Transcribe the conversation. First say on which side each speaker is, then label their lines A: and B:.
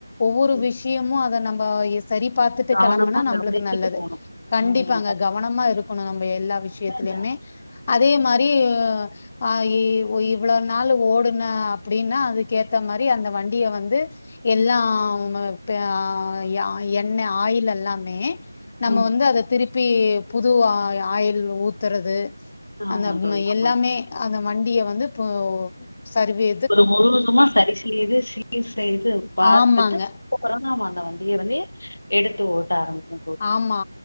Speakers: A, on the left; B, on the left.
A: ஒவ்வொரு
B: ம்
A: விஷயமு அத நம்ப சரி பாத்துட்டு
B: கவனமா
A: கெளம்புனா நம்ப்ளுக்கு
B: கவனிச்சுட்டு
A: நல்லது
B: போணும்
A: கண்டிப்பாங்க
B: ம்
A: கவனமா இருக்கணு நம்ப எல்லா விஷயத்திலுமே
B: கரெக்டா இந்த-
A: அதே மாரி ஆ இ இவ்வளோ நாள் ஓடுன அப்டின்னா அதுக்கேத்த மாரி அந்த வண்டிய வந்து எல்லா அவுங்க ட்டு அ யா எண்ணெ ஆயில் எல்லாமே நம்ம
B: ம்
A: வந்து அத திருப் ப்பி புது ஆ ஆயில் ஊத்தறது அந்த
B: ஆமா தோழி
A: மா
B: ஆமா
A: எல்லாமே அந்த வண்டிய வந்து போ சர்வீ
B: ஒரு முழுவதுமா சரி செய்து சீர் செய்து பாத்துட்டு
A: ஆமாங்க
B: ப்ப போரானோ அவ அந்த வண்டிய வந்து எடுத்து ஓட்ட ஆரம்பிக்கு
A: ஆம்மா